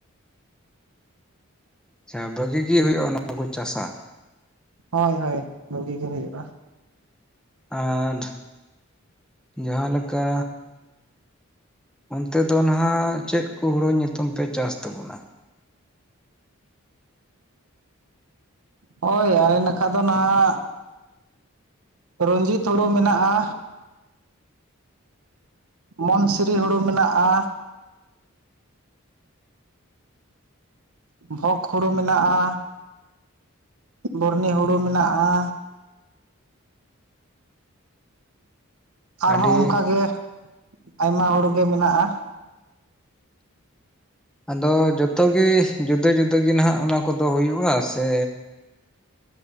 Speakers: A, in the centre; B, on the right.
A: ᱟᱪᱷᱟᱹ ᱵᱷᱟᱹᱜᱤ ᱜᱮ ᱦᱩᱭᱩᱜᱼᱟ ᱟᱱᱚᱣᱟ ᱠᱚ ᱪᱟᱥᱟᱹ
B: ᱦᱳᱭ ᱦᱭᱹ ᱵᱩᱜᱤ ᱜᱮ ᱦᱩᱭᱩᱜᱼᱟ
A: ᱟᱨ ᱡᱟᱦᱟᱸ ᱞᱮᱠᱟᱹ ᱚᱱᱹᱛᱮ ᱫᱚ ᱱᱟᱦᱟᱜ ᱪᱮᱫ ᱠᱚ ᱦᱩᱲᱩ ᱧᱩᱛᱩᱢ ᱯᱮ ᱪᱟᱥ ᱛᱟᱵᱩᱱᱟᱹ?
B: ᱦᱳᱭ ᱟᱞᱮ ᱱᱟᱠᱷᱟᱹ ᱫᱚ ᱱᱟᱦᱟᱜ ᱨᱚᱧᱡᱤᱛ ᱦᱩᱲᱩ ᱢᱮᱱᱟᱜᱼᱟ᱾ ᱢᱚᱱᱥᱨᱤᱹ ᱦᱩᱲᱩ ᱢᱮᱱᱟᱜᱼᱟ᱾ ᱵᱷᱚᱜᱽ ᱦᱩᱲᱩ ᱢᱮᱱᱟᱜᱼᱟ ᱵᱩᱨᱱᱤ ᱦᱩᱲᱩ ᱢᱮᱱᱟᱜᱼᱟ᱾ ᱟᱨ
A: ᱟᱹᱰᱤ
B: ᱦᱚᱸ ᱚᱱᱠᱟᱜ ᱜᱮ ᱟᱭᱢᱟᱹ ᱦᱩᱲᱩ ᱜᱮ ᱢᱮᱱᱟᱜᱼᱟ᱾
A: ᱟᱼᱫᱚ ᱡᱚᱛᱚᱮ ᱡᱩᱫᱟᱹ ᱡᱩᱫᱟᱹ ᱜᱮ ᱱᱟᱦᱟᱼᱜ ᱚᱱᱟ ᱠᱚᱹᱫᱚ ᱦᱩᱭᱩᱜᱼᱟ ᱥᱮᱹ